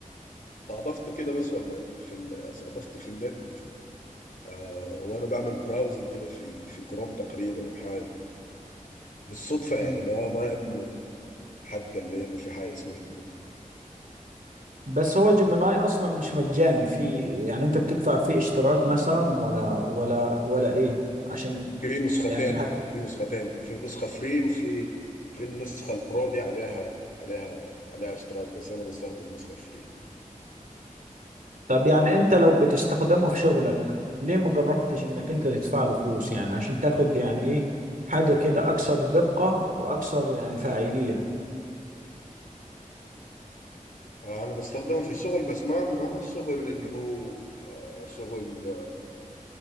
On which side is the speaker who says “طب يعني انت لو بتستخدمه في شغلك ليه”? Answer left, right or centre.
Right